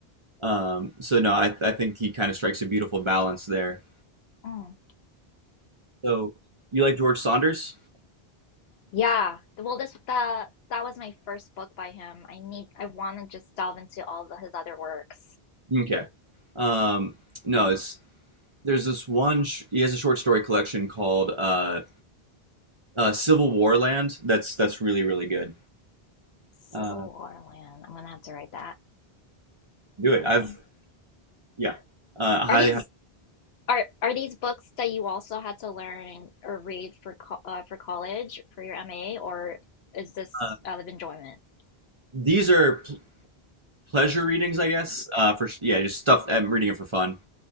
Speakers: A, on the right (about 35°); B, on the left (about 75°).
A: Um so no, I I think he kind of strikes a beautiful balance there.
B: Oh.
A: So you like George Saunders?
B: Yeah, well, this the that was my first book by him. I need I want to just delve into all the, his other works.
A: Okay. Um no, it's there's this one sh- he has a short story collection called uh uh Civil War Land that's that's really really good.
B: Civil
A: Uh
B: War Land. I'm gonna have to write that
A: do
B: down.
A: it. I've yeah. Uh highly
B: Are these
A: highly
B: are are these books that you also had to learn and, or read for co uh, for college for your MA, or is this
A: uh,
B: out of enjoyment?
A: these are pleasure readings, I guess. Uh, for yeah, just stuff. I'm reading it for fun.